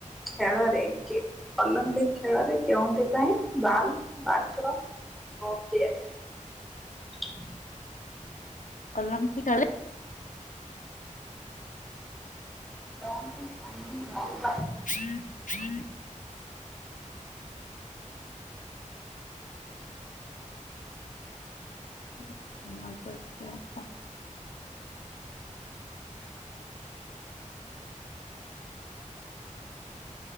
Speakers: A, in the centre; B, on the left.
A: ଖେଳରେ କେ ଅଲମ୍ପିକ ଖେଳରେ କେଉଁଥିପାଇଁ ବାଲ ବାତ୍ର କପ୍ ଦିଆଯାଏ।
B: ଅଲିମ୍ପିକ ଖେଳରେ
A: କେଉଁଥିପାଇଁ ବାଲ
B: ୍ରୀଂ ୍ରୀ <unintelligible>